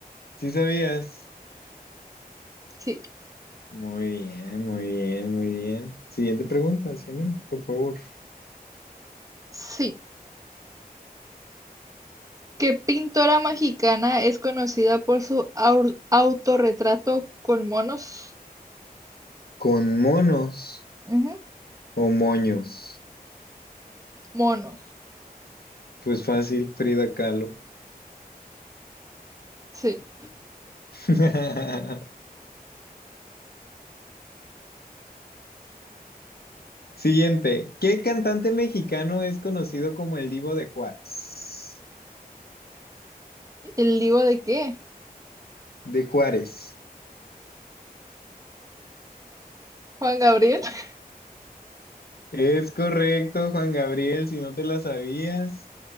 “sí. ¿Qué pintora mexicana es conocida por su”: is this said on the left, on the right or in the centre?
Right